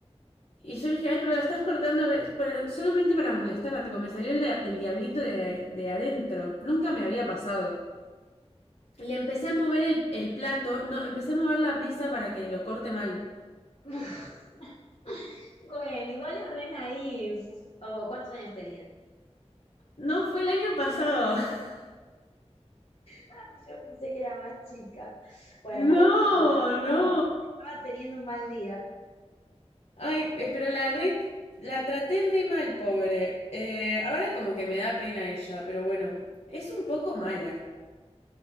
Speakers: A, on the left (about 80°); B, on the left (about 60°).
A: Y yo dije, ay, pero la estás cortando re- pero solamente para molestarla, tipo, me salió el, dia- el diablito de, de adentro. Nunca me había pasado. Le empecé a mover el, el plato, no, empecé a mover la mesa para que lo corte mal.
B: <laughs> Bueno, igual es re naif. O, ¿cuántos años tenía?
A: No, fue el año pasado. <laughs>
B: Ay, yo pensé que era más chica. Bueno, entonces,
A: No,
B: mira,
A: no.
B: estaba teniendo un mal día.
A: Ay, eh, pero la red, la traté re mal, pobre. Eh, ahora como que me da pena ella, pero bueno, es un poco mala.